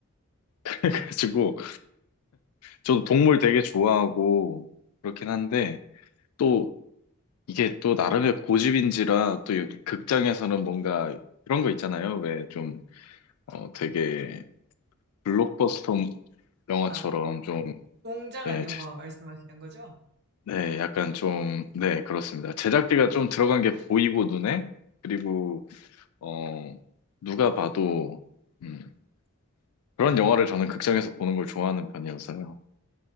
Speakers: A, on the left; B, on the right.
A: <laughs> 그래가지고 저도 동물 되게 좋아하고 그렇긴 한데 또 이게 또 나름의 고집인지라 또 이- 극장에서는 뭔가 그런 거 있잖아요. 왜 좀 어 되게 블록버스터 영화처럼
B: 아,
A: 좀
B: 웅장한
A: 예,
B: 영화 말씀하시는 거죠?
A: 네, 약간 좀, 네, 그렇습니다. 제작비가 좀 들어간 게 보이고 눈에, 그리고, 어, 누가 봐도, 음, 그런 영화를 저는 극장에서 보는 걸 좋아하는 편이어서요.